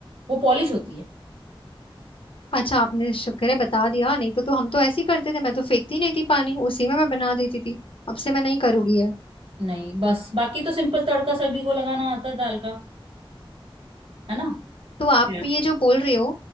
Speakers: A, on the right; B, on the left.
A: वो पॉलिश होती है
B: अच्छा आपने शुक्र है बता दिया नहीं तो तो हम तो ऐसे ही करते थे मैं तो फेंकती नहीं थी पानी उसी में मैं बना देती थी अब से मैं नहीं करूंगी ये।
A: नहीं बस बाकी तो सिंपल तड़का सभी को लगाना आता है दाल का है ना
B: तो आप
A: Yeah.
B: ये जो बोल रहे हो